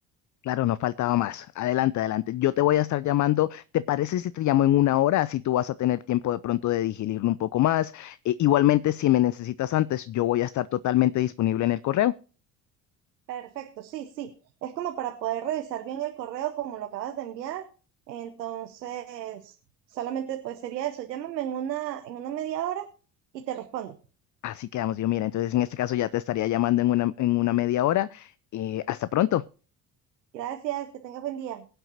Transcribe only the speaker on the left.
Claro, no faltaba más. Adelante, adelante. Yo te voy a estar llamando. ¿Te parece si te llamo en una hora? Así tú vas a tener tiempo de pronto de digerirlo un poco más. E- igualmente, si me necesitas antes, yo voy a estar totalmente disponible en el correo.
Así quedamos, yo mira. Entonces, en este caso ya te estaría llamando en una, en una media hora. Eh, hasta pronto.